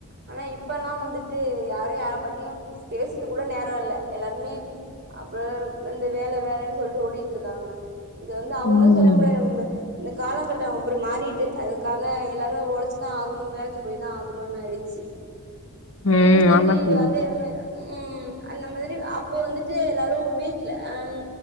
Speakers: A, on the right; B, on the left.
A: ஆனா இப்பல்லா வந்துட்டு யாரு யார பத்தியும் பேசுறதுக்கு கூட நேரோ இல்ல ருமே அப்புற இந்த வேல வேலன்னு சொல்ட்டு ஓடிட்ருக்காங்க இது வந்து அவங்களு
B: ம்.
A: சொல்ல முடியாது நம்ப இந்த கால கட்ட அப்டி மாறிட்டு அதுக்காக எல்லாரு ஒழச்சுதா ஆகணு வேலைக்கு போய் தா ஆகணுன்னு ஆயிடுச்சு
B: ம்.
A: அந்த மாதிரி
B: ஆமா தோழி.
A: அதே மா உம் அந்த மாதிரி து அப்போ வந்துட்டு எல்லாரு வீட்ல அம்